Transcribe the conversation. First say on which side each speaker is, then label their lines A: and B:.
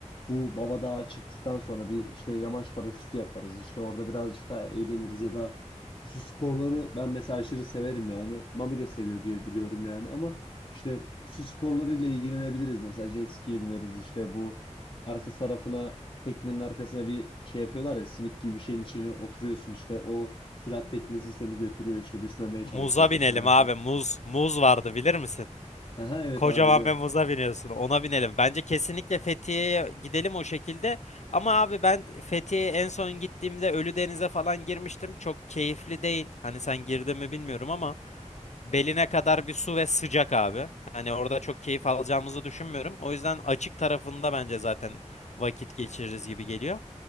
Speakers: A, on the left; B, on the left.
A: Bu Baba Dağı çıktıktan sonra bir işte yamaç paraşütü yaparız. İşte orada birazcık daha eğleniriz ya da Su sporları ben mesela aşırı severim yani. Mami de seviyor diye biliyorum yani ama işte su sporlarıyla ilgilenebiliriz. Mesela jet ski'ye bineriz işte bu arka tarafına teknenin arkasına bir şey yapıyorlar ya simit gibi bir şeyin içine oturuyorsun işte o sürat teknesi seni götürüyor işte düşmemeye
B: Muza
A: çalışıyorsun
B: binelim
A: falan
B: abi
A: filan.
B: muz. Muz vardı bilir misin?
A: Aha evet
B: Kocaman
A: abi biliyorum.
B: bir muza biniyorsun ona binelim. Bence kesinlikle Fethiye'ye gidelim o şekilde. Ama abi ben Fethiye'ye en son gittiğimde Ölüdeniz'e falan girmiştim. Çok keyifli değil. Hani sen girdin mi bilmiyorum ama beline kadar bir su ve sıcak abi. Hani orada çok keyif alacağımızı düşünmüyorum. O yüzden açık tarafında bence zaten vakit geçiririz gibi geliyor.